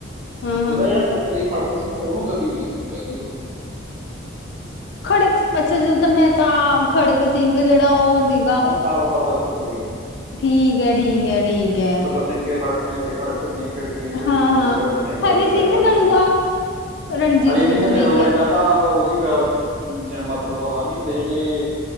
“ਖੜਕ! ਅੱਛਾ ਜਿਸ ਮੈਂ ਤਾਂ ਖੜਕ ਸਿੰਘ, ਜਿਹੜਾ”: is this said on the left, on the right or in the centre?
Left